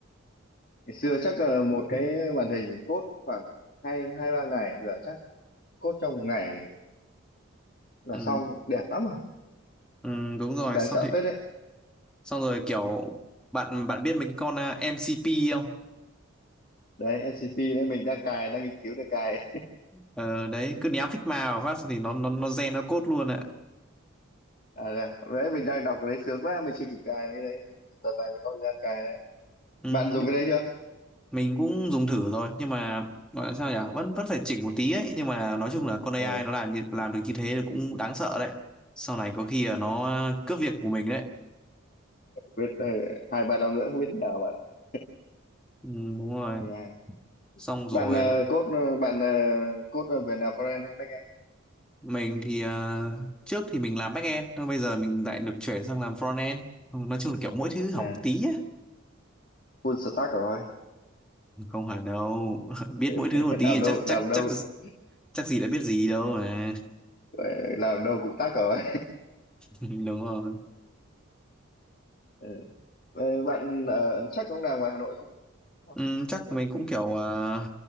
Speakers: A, on the left (about 45°); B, in the centre.
A: ngày xưa chắc là một cái màn hình code khoảng hai hai ba ngày giờ chắc code trong một ngày là
B: Ừ.
A: xong đẹp lắm rồi
B: Ừ, đúng rồi,
A: cũng đáng
B: xong
A: sợ
B: thì
A: phết đấy
B: xong rồi kiểu bạn bạn biết mấy cái con ờ, MCP không?
A: đấy MCP đấy mình đang cài đang nghiên cứu để cài
B: Ờ đấy cứ ném Figma vào phát xong thì nó nó nó gen nó code luôn ạ.
A: à, đấy đấy, mình đang đọc cái đấy sướng quá mình chưa kịp cài cái đấy đợt này mới có thời gian cài đấy
B: Ừ,
A: bạn dùng cái đấy chưa
B: mình cũng dùng thử rồi nhưng mà gọi là sao nhỉ
A: à,
B: vẫn vẫn phải chỉnh một tí ấy nhưng mà nói chung là con AI
A: à
B: nó làm như- làm được như thế thì cũng đáng sợ đấy sau này có khi là nó cướp việc của mình đấy
A: biết ờ, hai ba năm nữa không biết thế nào bạn ạ
B: ừ, đúng rồi
A: AI
B: xong rồi
A: bạn ờ, cốt ờ, bạn ờ, cốt ờ, về nào front hay back end
B: mình thì ờ, trước thì mình làm backend nhưng bây giờ mình lại được chuyển sang làm front frontend Ừ, nói chung là kiểu mỗi thứ học
A: à
B: một tí á
A: full stack rồi
B: không hẳn đâu <laughs> biết mỗi
A: <laughs>
B: thứ một tí
A: làm
B: thì
A: đâu
B: chắc chắc
A: làm đâu
B: chắc chắc gì đã biết gì đâu mà
A: ờ, làm đâu cũng tắc rồi
B: <laughs> đúng rồi
A: Ừ. Ờ, bạn ờ, chắc cũng làm ngoài Hà Nội chứ đúng không?
B: Ừ, chắc mình cũng kiểu ờ,